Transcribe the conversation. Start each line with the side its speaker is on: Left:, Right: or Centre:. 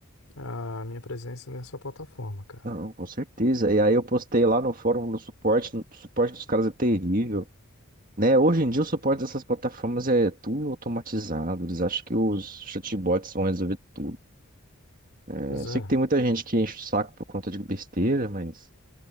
Left: a minha presença nessa plataforma, cara.
Right: Não, com certeza. E aí eu postei lá no fórum do suporte, o suporte dos caras é terrível, né? Hoje em dia o suporte dessas plataformas é tudo automatizado, eles acham que os chatbots vão resolver tudo. Eu
Left: Pois
Right: sei
Left: é,
Right: que tem muita gente que enche o saco por conta de besteira, mas,